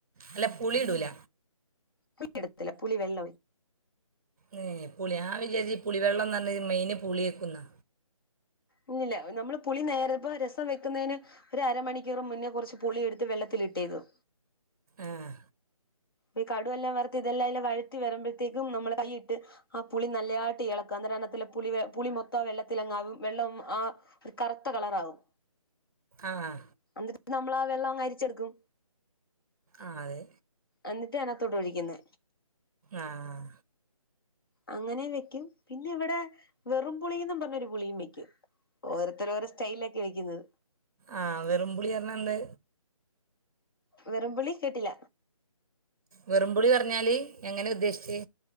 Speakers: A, on the right; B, on the left.
A: അല്ല പുളിടൂല
B: പുളിടത്തില്ല പുളി വെള്ളം ഒയി
A: ഹേ പുളി ഞാന് വിചാരിച്ച് പുളി വെള്ളം ന്ന് പറഞ്ഞാ മെയിന് പുളിയേക്കുന്നാ
B: ഇല്ലില്ല നമ്മള് പുളി നേരെ ഇപ്പ രസം വെക്കന്നേന് ഒര് അരമണിക്കൂർ മുന്നേ കൊറച്ച് പുളിയെടുത്ത് വെള്ളത്തിലിട്ടേക്കും
A: ആഹ്
B: ഈ കടുവല്ലാം വറുത്തി ഇതല്ലാം അയിലിട്ട് വഴറ്റി വരുമ്പഴത്തേക്കും നമ്മള് കൈയിട്ട്. ആ പുളി നല്ലതായിട്ട് ഏളക്ക അന്ന എണ്ണത്തില പുളി പുളി മൊത്തം വെള്ളത്തിലങ്ങാവും വെള്ളം ആ ഒരു കറുത്ത കളറാകും.
A: ആഹ്
B: എന്നിട്ട് നമ്മള ആ വെള്ളം അരിച്ചെടുക്കും.
A: ആഹ് അതെ
B: എന്നിട്ടാ അതിനകാത്തോടെ ഒഴിക്കുന്നേ.
A: ആഹ്
B: അങ്ങനെ വെക്കും പിന്നെ ഇവിടെ വെറുംപളിയും ന്നും പറഞ്ഞു ഒരു പുളിയും വെക്കും. ഓരോത്തര ഓരോ സ്റ്റൈല് അല്ലേ വെക്കുന്നത്.
A: ആഹ് വെറുംപളി പറഞ്ഞാണ്ട്
B: വെറു പുളി കേട്ടില്ല.
A: വെറുംപൊളി പറഞ്ഞാല് എങ്ങനെ ഉദ്ദേശിച്ചേ?